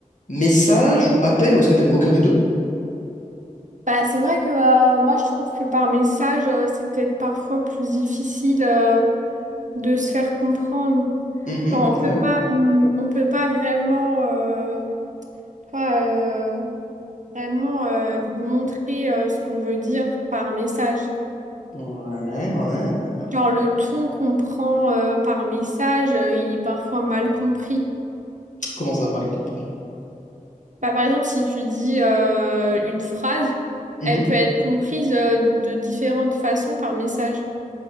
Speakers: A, on the left; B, on the right.
A: message ou appel ou est-ce que t'aimes aucun des deux?
B: Bah, c'est vrai que euh, moi je trouve que par message, euh, c'est peut-être parfois plus difficile euh, de se faire comprendre.
A: Mhm,
B: Genre on
A: ouais.
B: peut pas hum, on peut pas vraiment euh, toi, euh, vraiment euh, montrer euh, ce qu'on veut dire par message.
A: Ouais, ouais, ouais.
B: Genre le ton qu'on prend euh, par message, euh, il est parfois mal compris.
A: Comment ça, mal compris?
B: Bah, par exemple, si tu dis euh, une phrase,
A: Mhm.
B: elle peut être comprise euh, de différentes façons par message.